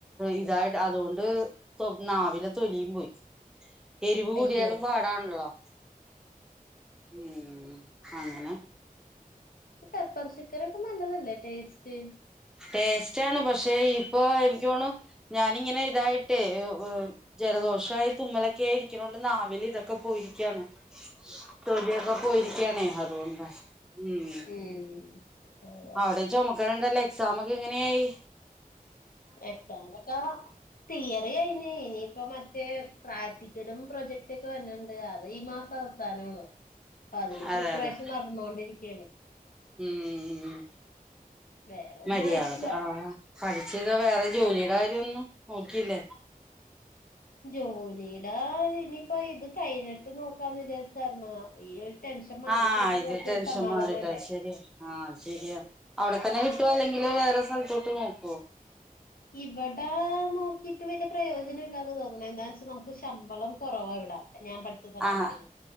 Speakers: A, in the centre; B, on the left.
A: ഇതായിട് അതുകൊണ്ട് തൊ നാവിലെ തൊലിയും പോയി എരിവ് കൂടിയാലും
B: അയ്യോ
A: പാടാണല്ലോ ഉം അങ്ങനെ
B: പെപ്പർ ചിക്കനൊക്കെ നല്ലതല്ലേ ടേസ്റ്റ്
A: ടേസ്റ്റാണ് പക്ഷേ ഇപ്പൊ എനിക്ക് തോണ് ഞാനിങ്ങനെ ഇതായിട്ടേ ഉ ഉ ജലദോഷയി തുമ്മലൊക്കെയി ഇരിക്ക്ണോണ്ട് നാവിൽ തൊക്കെ പോയിരിക്കാണ് തൊലിയൊക്കെ പോയിരിക്കാണെ അതോണ്ടാ ഉം
B: ഉം
A: അവിടെ ചുമക്ക്ണുണ്ടല്ലോ എക്സാം ഒക്കെ എങ്ങനയായി
B: എക്സാം താ തിയറി കയിന് ഇനിയിപ്പ മറ്റേ പ്രാക്ടിക്കലും പ്രൊജക്റ്റ് ക്കെ വര്ന്ന്ണ്ട് അത് ഈ മാസ വസാനാണ് അപ്പ തിന്
A: അതെല്ല
B: പ്രിപ്പറേഷൻ നടന്നൊണ്ടിരിക്കാണ്
A: ഉം
B: വേറെ ഒന്നും
A: മര്യാദക്ക്
B: ആയിട്ടില്ല
A: ആഹ് പഠിച്ചിത് വേറെ ജോലിടെ കാര്യോന്നും നോക്കിയില്ലേ
B: ജോലി ടേ ഇനിയിപ്പ ഇത് കഴിഞ്ഞിട്ട് നോക്കാന്ന് വിചാരിച്ചാര്ന്ന് ഈ ടെൻഷൻ മാറിക്കഴിഞ്ഞിട്ട്
A: ആഹ് ഇത്
B: നോക്കിയ
A: ടെൻഷൻ
B: ഒരു സമാധാനല്ലേ
A: മാറിയിട്ടത് ശരിയാ ആഹ് ശരിയാ അവിടെത്തന്നെ കിട്ടുവോ അല്ലെങ്കില് വേറെ സ്ഥലത്തോട്ട് നോക്കുവോ
B: ഇവിടാ നോക്കിട്ട് വലിയ പ്രയോജനം ഇല്ലാന്ന് തോന്നുന്നത് എന്താ വെച്ചാൽ നമുക്ക് ശമ്പളം കുറവാ ഇവിടെ ഞാൻ പഠിച്ച സബ്ജക്ടിന്
A: ആഹ്